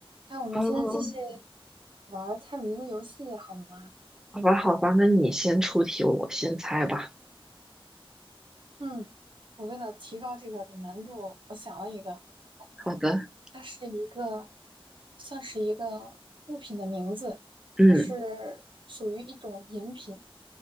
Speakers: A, on the right; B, in the centre.
A: 哎，我们今天继续
B: 哦，
A: 玩儿猜谜的游戏好吗？
B: 好吧，好吧，那你先出题，我先猜吧。
A: 嗯，我为了提高这个的难度，我想了一个，啊，
B: 好的，
A: 它是一个，算是一个物品的名字，
B: 嗯，
A: 它是属于一种饮品，